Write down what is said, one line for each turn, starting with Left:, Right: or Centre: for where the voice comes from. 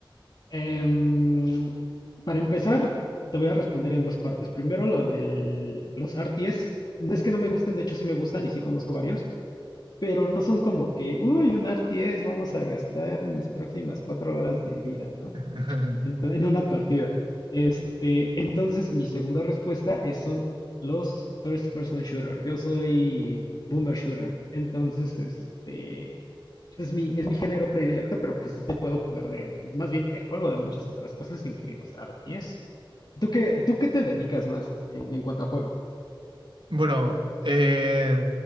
Left: Em, para empezar, te voy a responder en dos partes. Primero, lo de los RTS. No es que no me gusten, de hecho sí me gustan y sí conozco varios, pero no son como que, uy, un RTS, vamos a gastar mis próximas cuatro horas de vida, ¿no?
Right: <laughs>
Left: Ento- en una partida. Este, entonces, mi segunda respuesta es, son los first person shooter. Yo soy boomer shooter. Entonces, este, es mi, es mi género predilecto, pero pues sí te puedo jugar de, más bien te juego de muchas otras cosas, incluidos arties ¿Tú qué, tú qué te dedicas más en, en cuanto a juegos?
Right: Bueno, eh,